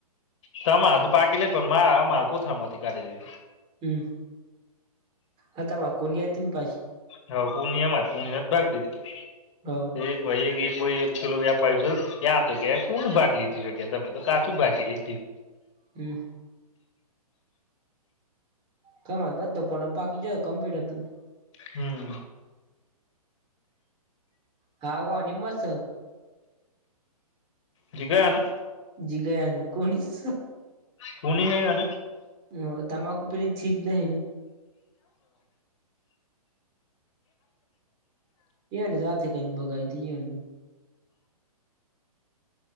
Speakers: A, on the left; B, on the right.
A: તમારે તો પાકી લે પણ મારા અમારે કોથળામાંથી કાઢેલી
B: હમ્મ હતામાં કોની અતી ને પાસ
A: હા પૂર્ણિયામાં જ પૂર્ણિયા જ ભાગ દીધી
B: હ
A: તે એ ભાઈએ થેલો વ્યાપાયો તો <unintelligible> કે કોનું ભાગ લીધું શકે તમે તો કાચું ભાગી લીધી.
B: હમ્મ. તમા બધો પોનો પાકી જ કમ્પેટ હતું.
A: હમ્મ.
B: ખાવાની મસ
A: જીગા આના
B: જીગાનું કોની સ
A: તું ની હ અને
B: હમ્મ તમાકુ પેલી થીજ નય ને એ એને જાતે કરીને ભગાઈ તી એન